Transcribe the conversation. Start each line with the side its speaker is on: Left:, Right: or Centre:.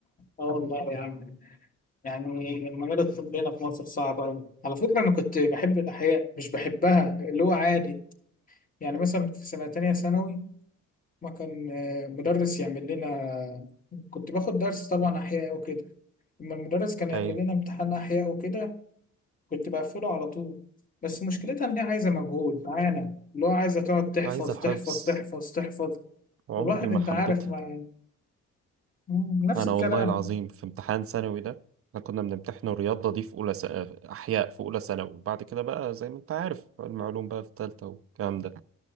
Left: اه والله يا عم يعني المجال الطبي هنا في مصر صعب أوي على فكرة أنا كنت بحب الأحياء مش بحبها اللي هو عادي يعني مثلا في سنة تانية ثانوي ما كان آه، مدرس يعمل لنا كنت باخد درس طبعا أحياء وكده لما المدرس كان يعمل
Right: ايوه
Left: لنا امتحان أحياء وكده كنت بقفله على طول بس مشكلتها إن هي عايزة مجهود معانا اللي هو عايزة تقعد تحفظ
Right: عايزة حفظ
Left: تحفظ تحفظ تحفظ
Right: عمري
Left: والواحد
Right: ما
Left: أنت
Right: حبيتها
Left: عارف ما مم، نفس
Right: انا
Left: الكلام
Right: والله العظيم في امتحان ثانوي ده احنا كنا بنمتحن الرياضه دي في اولى س... احياء في اولى ثانوي وبعد كده بقى زي ما انت عارف المعلوم بقى في ثالثه والكلام ده